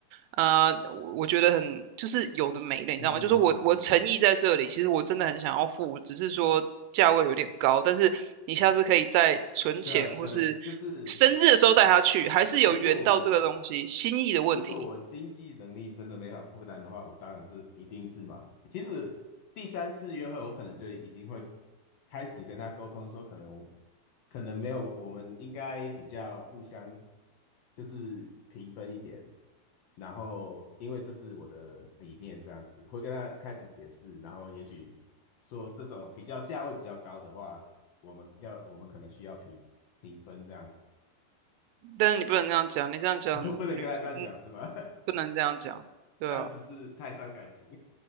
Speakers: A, on the right; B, on the left.
A: 呃我我觉得很就是有的没的，你知道吗？
B: 嗯嗯嗯嗯嗯，
A: 就是我我诚意在这里，其实我真的很想要付，只是说。价位有点高，但是你下次可以再存钱，
B: 对啊，可能就是
A: 或是生日的时候带他去，还是有缘到这个东西心意的问题。
B: 如果如果我经济能力真的没法负担的话，我当然是一定是嘛。其实第三次约会，我可能就已经会开始跟他沟通说，可能可能没有，我们应该比较互相就是平分一点。然后因为这是我的理念，这样子会跟他开始解释，然后也许说这种比较价位比较高的话，我们要我们可能需要平平分这样子。
A: 但是你不能这样讲，你这样讲，
B: <laughs> 我不能跟他这样讲是吗？
A: 你你
B: <laughs>
A: 不能这样讲，对啊。
B: 这样子是太伤感情。